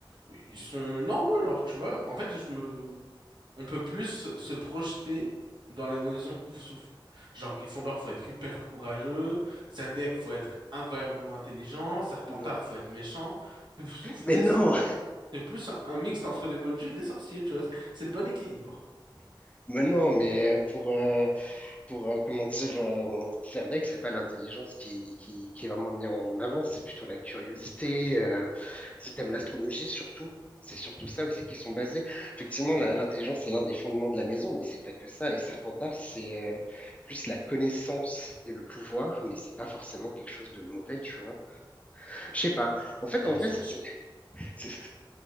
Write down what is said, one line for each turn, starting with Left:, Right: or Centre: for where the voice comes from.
Right: ils sont normaux, genre, tu vois. En fait, je me... on peut plus se projeter dans la maison Pouf Souffle. Genre, Gryffondor, faut être hyper courageux. Serdaigle, faut être incroyablement intelligent. Serpentard,
Left: Non.
Right: faut être méchant. Pouf Souffle,
Left: Mais
Right: tu sais,
Left: non,
Right: c'est c'est plus un, un mixte entre des moldus et des sorciers, tu vois. C'est c'est le bon équilibre.
Left: <laughs> mais non, mais euh, pour, euh, pour euh, comment dire, euh, Serdaigle, c'est pas l'intelligence qui, qui, qui est vraiment mise en avant, c'est plutôt la curiosité, euh, si t'aimes l'astrologie surtout. C'est surtout ça aussi qui sont basés. Effectivement, la- l'intelligence, c'est l'un des fondements de la maison, mais c'est pas que ça. Et Serpentard, c'est euh, plus la connaissance et le pouvoir, mais c'est pas forcément quelque chose de mauvais, tu vois. Je sais pas. En fait,
Right: Ouais,
Left: en
Right: mais
Left: vrai,
Right: ils sont
Left: c'est,
Right: méchants.
Left: c'est- c'est- c'est-